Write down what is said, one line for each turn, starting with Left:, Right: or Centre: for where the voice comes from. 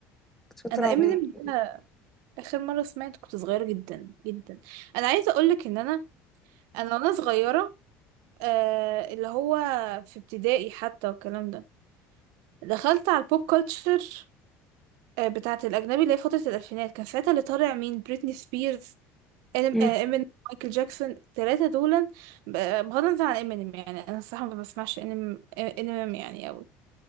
Centre: كانت فتره
Right: انا امينيم
Centre: بين
Right: ده اخر مره سمعت كنت صغيره جدا جدا انا عايزه اقولك ان انا انا وانا صغيره آه اللي هو في ابتدائي حتى والكلام ده دخلت على البوب كلتشر آه بتاعه الاجنبي اللي هي فتره الالفينات كان ساعتها اللي طالع مين بريتني سبيرز إم-
Centre: مم.
Right: آه، امينيم مايكل جاكسون التلاتة دول ب- بغض النظر عن امينيم يعني انا الصراحة ما بسمعش امينيم امينيم يعني قوي